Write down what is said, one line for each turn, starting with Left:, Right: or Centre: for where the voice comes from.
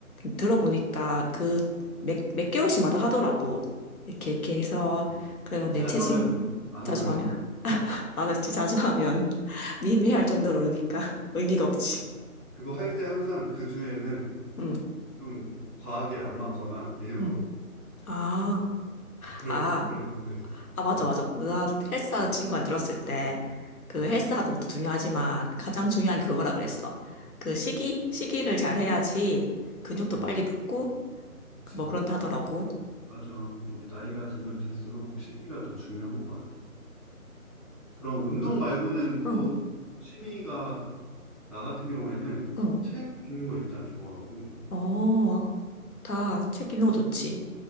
Left: 들어보니까 그 몇, 몇 개월씩마다 하더라고. 이렇게 이렇게 해서
Centre: 이게
Left: 그러면
Centre: 자주
Left: 내 체중
Centre: 하면 안
Left: 자주
Centre: 오르니까.
Left: 하면 아, 나 진짜 자주 하면 <laughs> 미미할
Centre: 어, 어.
Left: 정도로 오르니까 <laughs> 의미가 없지.
Centre: 그거 할 때 항상 그 주에는
Left: 응,
Centre: 좀 과하게 안 맞거나 일부러
Left: 응. 아,
Centre: 어, 그러
Left: 아.
Centre: 그러긴 해. <laughs>
Left: 아, 맞아, 맞아. 나 헬스하는 친구한테 들었을 때, 그
Centre: 음,
Left: 헬스하는 것도 중요하지만, 가장 중요한 게 그거라 그랬어. 그 시기? 시기를 잘 해야지 근육도
Centre: 음,
Left: 빨리 붙고,
Centre: 그치.
Left: 뭐 그런다 하더라고.
Centre: 맞아. 이게 나이가 들면 들수록 시기가 더 중요한 것 같아. 그럼 운동 말고는 또
Left: 응,
Centre: 취미가 나 같은 경우에는
Left: 응.
Centre: 책 읽는 거 일단 좋아하고
Left: 어, 다 책 읽는 거 좋지.